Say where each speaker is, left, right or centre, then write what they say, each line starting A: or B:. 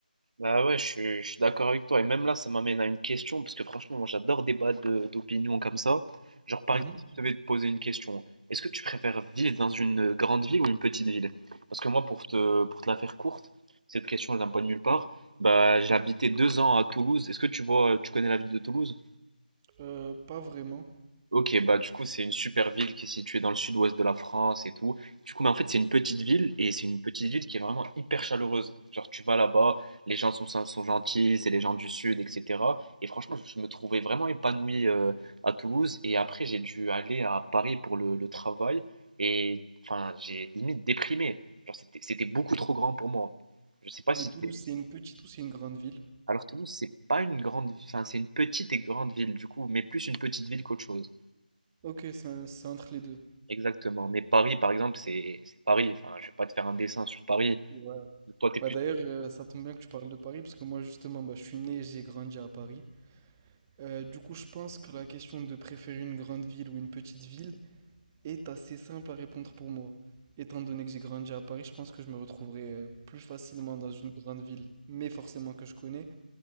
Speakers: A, on the right; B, on the right.
A: Bah ouais, je suis, je suis d'accord avec toi. Et même là, ça m'amène à une question, parce que franchement, moi j'adore débattre de- d'opinions comme ça. Genre, par
B: Mhm.
A: exemple, si je devais te poser une question, est-ce que tu préfères vivre dans une grande ville ou une petite ville? Parce que moi, pour te, pour te la faire courte, cette question, elle vient pas de nulle part. Bah, j'ai habité deux ans à Toulouse. Est-ce que tu vois, tu connais la ville de Toulouse?
B: Euh, pas vraiment.
A: Ok, bah du coup c'est une super ville qui est située dans le sud-ouest de la France et tout. Du coup, mais en fait c'est une petite ville et c'est une petite ville qui est vraiment hyper chaleureuse. Genre tu vas là-bas, les gens sont, sy- sont gentils, c'est les gens du sud, etc. Et franchement, je me trouvais vraiment épanoui euh, à Toulouse et après j'ai dû aller à Paris pour le, le travail et enfin j'ai limite déprimé. Genre c'était c'était beaucoup trop grand pour moi. Je sais pas
B: Mais
A: si
B: Toulouse,
A: t'es-
B: c'est une petite ou c'est une grande ville?
A: Alors Toulouse c'est pas une grande ville, enfin c'est une petite et grande ville du coup, mais plus une petite ville qu'autre chose.
B: Ok, c'est un- c'est entre les deux.
A: Exactement. Mais Paris, par exemple, c'est c'est Paris. Enfin, je vais pas te faire un dessin sur Paris.
B: Ouais.
A: Toi, t'es plus.
B: Bah d'ailleurs, euh, ça tombe bien que tu parles de Paris, parce que moi justement, bah, je suis né et j'ai grandi à Paris. Euh, du coup, je pense que la question de préférer une grande ville ou une petite ville est assez simple à répondre pour moi. Étant donné que j'ai grandi à Paris, je pense que je me retrouverai euh, plus facilement dans une grande ville, mais forcément que je connais.